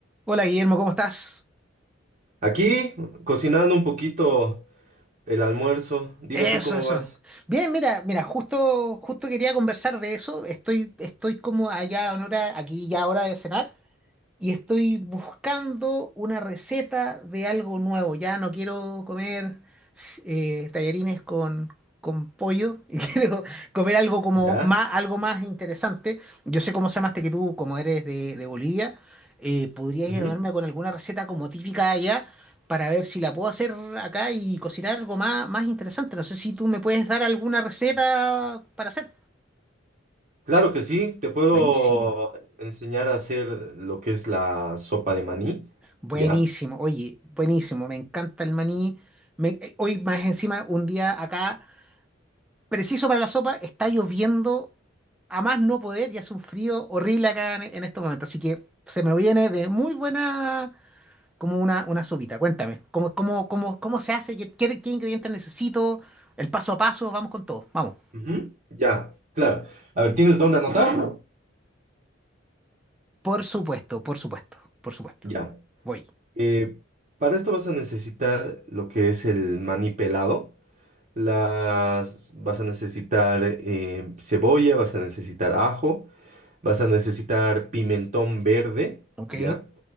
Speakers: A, in the centre; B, on the right.
A: Hola Guillermo, ¿cómo estás?
B: Aquí, cocinando un poquito el almuerzo. Dime
A: Eso,
B: tú cómo
A: eso.
B: vas.
A: Bien, mira, mira, justo, justo quería conversar de eso. Estoy, estoy como allá en hora, aquí ya hora de cenar. y estoy buscando una receta de algo nuevo. Ya no quiero comer eh, tallarines con, con pollo, <laughs> y quiero comer algo como
B: ¿Ya?
A: más, algo más interesante. Yo sé cómo se llamaste que tú, como eres de, de Bolivia, eh, podrías
B: Ujú.
A: ayudarme con alguna receta como típica de allá para ver si la puedo hacer acá y cocinar algo más, más interesante. No sé si tú me puedes dar alguna receta para hacer.
B: Claro que sí, te puedo
A: Buenísimo.
B: enseñar a hacer lo que es la sopa de maní.
A: Buenísimo,
B: ¿Ya?
A: oye, buenísimo, me encanta el maní. Me- eh, hoy más encima, un día acá, preciso para la sopa, está lloviendo a más no poder y hace un frío horrible acá en, en estos momentos. Así que se me viene de muy buena como una, una sopita. Cuéntame, ¿cómo, cómo, cómo, cómo se hace? ¿Qué, qué, qué ingredientes necesito? El paso a paso, vamos con todo, vamos.
B: Ujú. Ya, claro. A ver, ¿tienes dónde anotar?
A: Por supuesto, por supuesto, por supuesto.
B: Ya.
A: Voy.
B: Eh, para esto vas a necesitar lo que es el maní pelado. Las, vas a necesitar eh, cebolla, vas a necesitar ajo, vas a necesitar pimentón verde,
A: Ok,
B: ¿ya?